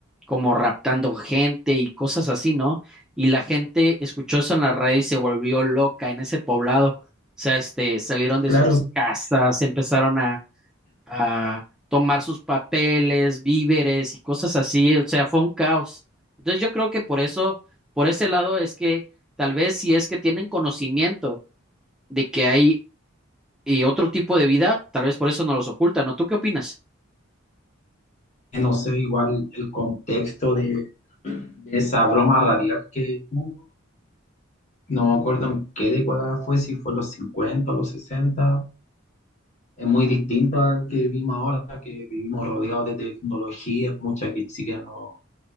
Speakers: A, in the centre; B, on the left.
A: como raptando gente y cosas así, ¿no? Y la gente escuchó eso en la radio y se volvió loca en ese poblado. O sea, este, salieron de
B: claro,
A: sus casas, empezaron a a tomar sus papeles, víveres y cosas así, o sea, fue un caos. Entonces yo creo que por eso, por ese lado es que tal vez si es que tienen conocimiento de que hay eh, otro tipo de vida, tal vez por eso no los ocultan, ¿no? ¿Tú qué opinas?
B: no sé, igual el contexto de, de esa broma radial que hubo, no me acuerdo en qué década fue, si fue en los 50 o los sesenta Es muy distinto al que vivimos ahora, que vivimos rodeados de tecnología, muchas que ni siquiera no,